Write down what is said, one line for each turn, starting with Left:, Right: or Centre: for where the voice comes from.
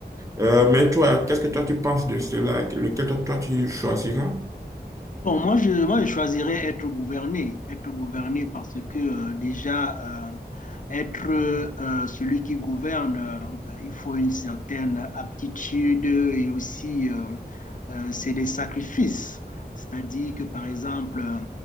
Right: Euh, mais toi, qu'est-ce que toi tu penses de cela? Lequel toi, toi, tu choisiras? <laughs>
Left: Bon, moi, je, moi, je choisirais être gouverné, être gouverné parce que euh, déjà, euh, être euh, celui qui gouverne, euh, il faut une certaine aptitude et aussi, euh, euh, c'est des sacrifices. C'est-à-dire que, par exemple, euh,